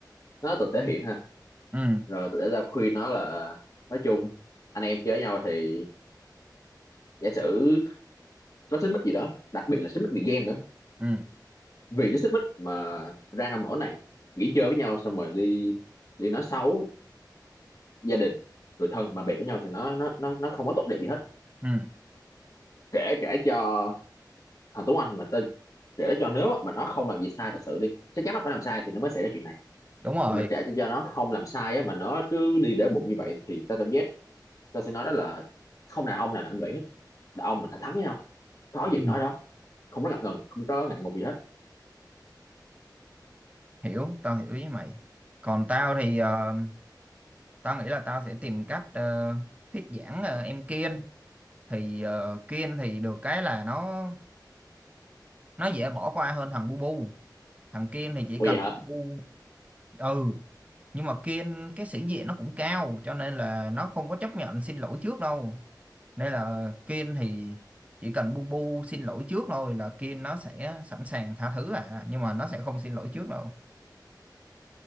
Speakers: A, on the left (about 50°); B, on the right (about 20°).
A: nó từng thể hiện ha
B: ừ
A: rồi tôi đã ra khuyên nó là nói chung anh em chơi với nhau thì giả sử có xích mích gì đó đặc biệt là xích mích vì game nữa
B: ừ
A: vì cái xích mích mà ra nông nỗi này nghỉ chơi với nhau xong rồi đi đi nói xấu gia đình người thân mà bè của nhau thì nó nó nó nó không có tốt đẹp gì hết
B: ừ
A: kể kể cho thằng Tuấn Anh mà tên kể cho nếu á, mà nó không làm gì sai thật sự đi chắc chắn nó phải làm sai thì nó mới xảy ra chuyện này
B: đúng rồi
A: nhưng mà kể cho nó không làm sai á, mà nó cứ đi để bụng như vậy thì ta cảm giác tôi sẽ nói đó là không nào ông nào làm như vậy hết đàn ông mình thẳng thắn với nhau nói gì
B: ừ.
A: nói đó không có ngập ngừng không có ngại ngùng gì hết
B: hiểu tao hiểu ý mày còn tao thì ờ, tao nghĩ là tao sẽ tìm cách ờ, thuyết giảng ờ, em Kiên thì ờ, Kiên thì được cái là nó nó dễ bỏ qua hơn thằng bu bu thằng Kiên thì chỉ
A: ủa
B: cần
A: vậy hả
B: bu ừ nhưng mà Kiên cái sĩ diện nó cũng cao cho nên là nó không có chấp nhận xin lỗi trước đâu nên là Kiên thì chỉ cần bu bu xin lỗi trước thôi là Kiên nó sẽ sẵn sàng tha thứ à nhưng mà nó sẽ không xin lỗi trước đâu